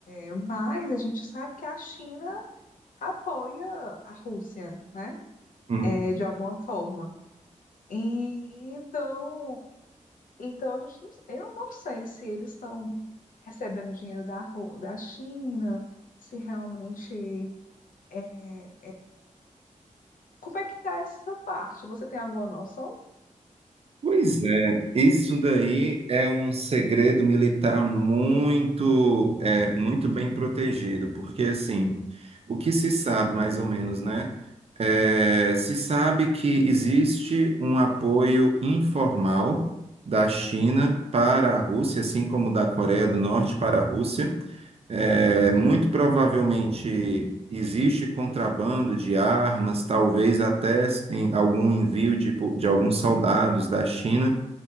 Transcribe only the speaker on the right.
hum.
Pois é, isso daí é um segredo militar muito, é, muito bem protegido, porque assim, o que se sabe mais ou menos, né? É, se sabe que existe um apoio informal da China para a Rússia, assim como da Coreia do Norte para a Rússia. É, muito provavelmente existe contrabando de armas, talvez até em algum envio de, po- de alguns soldados da China